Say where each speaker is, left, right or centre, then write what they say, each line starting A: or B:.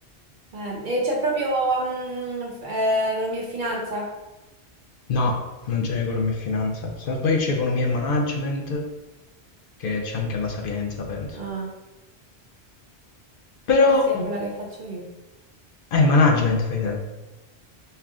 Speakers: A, on the right; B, on the left.
A: Eh, e c'è proprio mm, f- eh, economia e finanza?
B: No, non c'è economia e finanza. Se non sbaglio c'è economia e management, che c'è anche alla Sapienza, penso.
A: Ah,
B: Però...
A: eh sì, è quella che faccio io.
B: Eh, management fai te.